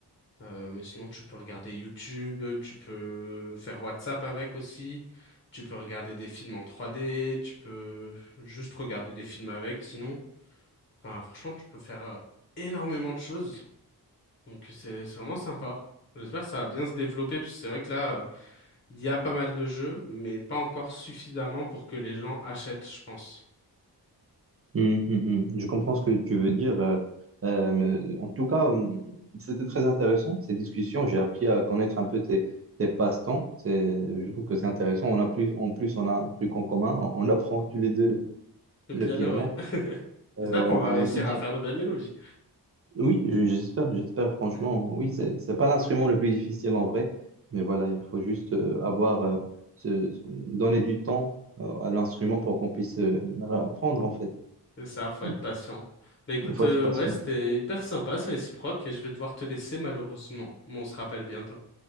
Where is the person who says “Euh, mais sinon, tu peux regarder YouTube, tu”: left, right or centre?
Left